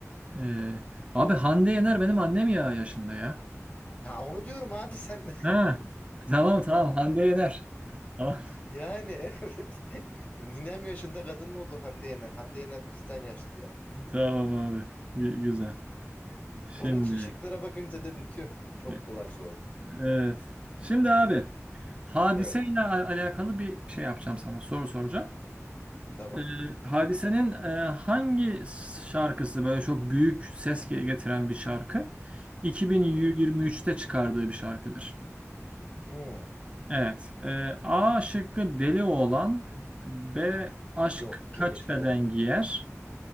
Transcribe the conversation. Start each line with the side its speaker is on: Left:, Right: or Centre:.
Right: Ee, abi Hande Yener benim annem ya yaşında ya.
Left: Ya onu diyorum abi sen de.
Right: Ha. <laughs> Tamam tamam Hande Yener. Tamam,
Left: <laughs> yani evet ninem yaşında kadın oldu Hande Yener. Hande Yener bizden yaşlı ya.
Right: <laughs> tamam abi. Gü- güzel. Şimdi
Left: Onun için şıklara bakınca dedim tüh çok
Right: e,
Left: kolay sordum.
Right: evet. Şimdi abi hadiseyle
Left: Evet
Right: a- alakalı bir şey yapacağım sana. Soru soracağım.
Left: tamam.
Right: Ee, Hadise'nin e, hangi şarkısı böyle çok büyük ses ge- getiren bir şarkı? 2023'te
Left: Hı.
Right: çıkardığı bir şarkıdır.
Left: Hı.
Right: Evet. e, A şıkkı deli oğlan. B aşk
Left: Yok
Right: kaç
Left: çok eski
Right: beden
Left: ya.
Right: giyer.